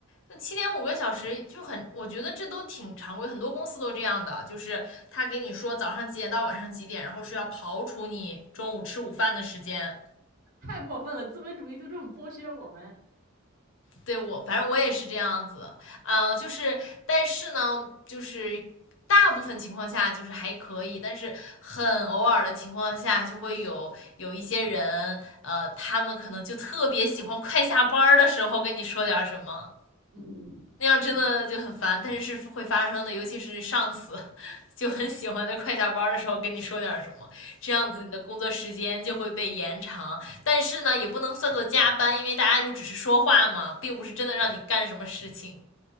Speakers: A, on the left (about 60°); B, on the right (about 40°).
A: 那七点五个小时就很，我觉得这都挺常规，很多公司都这样的，就是他给你说早上几点到晚上几点，然后是要刨除你中午吃午饭的时间，
B: 太过分了，资本主义就这么剥削我们。
A: 对我，反正我也是这样子，呃，就是，但是呢，就是大部分情况下就是还可以，但是很偶尔的情况下，就会有有一些人，呃，他们可能就特别喜欢快下班的时候跟你说点什么，
B: 嗯，
A: 那样真的就很烦，
B: 怎么
A: 但是是会发生的，尤其是上司 <laughs> 就很喜欢在快下班的时候跟你说点什么，这样子你的工作时间就会被延长，但是呢也不能算作加班，因为大家就只是说话嘛，并不是真的让你干什么事情。